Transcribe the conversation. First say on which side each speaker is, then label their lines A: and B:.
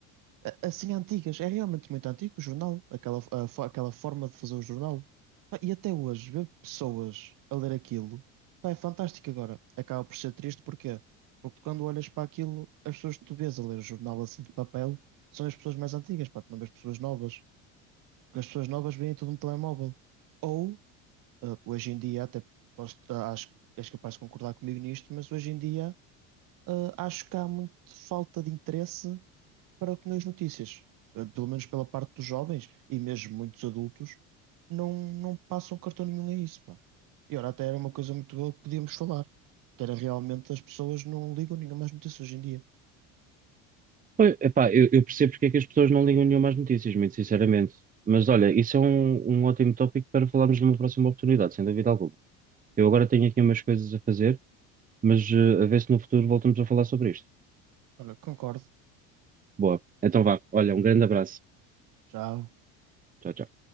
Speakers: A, on the right; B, on the right.
A: a- assim antigas. É realmente muito antigo o jornal, aquela, a fo- aquela forma de fazer o jornal. Pá, E até hoje, ver pessoas a ler aquilo, pá, é fantástico agora. Acaba por ser triste, porquê? Porque quando olhas para aquilo, as pessoas que tu vês a ler o jornal assim de papel são as pessoas mais antigas, pá, tu não vês pessoas novas. Porque as pessoas novas veem tudo no telemóvel. Ou Uh, hoje em dia, até posso, uh, acho que és capaz de concordar comigo nisto, mas hoje em dia, uh, acho que há muita falta de interesse para com as notícias. Uh, pelo menos pela parte dos jovens e mesmo muitos adultos, não, não passam cartão nenhum a isso, pá. E ora, até era uma coisa muito boa que podíamos falar, que era realmente as pessoas não ligam nenhuma mais notícias hoje em dia.
B: Pois, epá, eu, eu percebo porque é que as pessoas não ligam nenhuma às notícias, muito sinceramente. Mas olha, isso é um, um ótimo tópico para falarmos numa próxima oportunidade, sem dúvida alguma. Eu agora tenho aqui umas coisas a fazer, mas eh, a ver se no futuro voltamos a falar sobre isto.
A: Olha, concordo.
B: Boa. Então vá. Olha, um grande abraço.
A: Tchau.
B: Tchau, tchau.